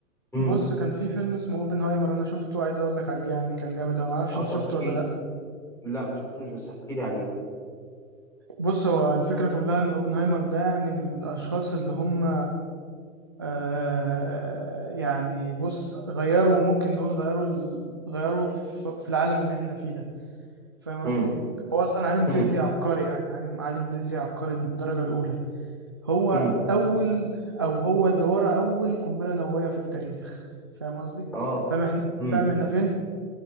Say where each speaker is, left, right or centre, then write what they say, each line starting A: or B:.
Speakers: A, in the centre; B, on the right.
A: امم
B: بص كان في فيلم اسمه اوبنهايمر انا شفته عايز اقول لك عليه يعني كان جامد أوي، ما اعرفش
A: اه
B: انت
A: طب
B: شفته
A: احكي
B: ولا لا
A: لي لا ما شفتوش بس احكي لي عليه
B: بص هو الفكره كلها ان اوبنهايمر ده يعني من الاشخاص اللي هم آه يعني بص غيروا ممكن نقول غيروا ال... غيروا في في العالم اللي احنا فيه ده فاهم قصدي؟
A: امم
B: هو أصلا عالم فيزياء
A: امم
B: عبقري يعني عالم عالم فيزياء عبقري من الدرجة الأولى هو
A: امم
B: أول أو هو اللي ورا أول قنبلة نووية في التاريخ فاهم قصدي؟
A: اه
B: فاهم احنا
A: امم
B: فاهم احنا فين؟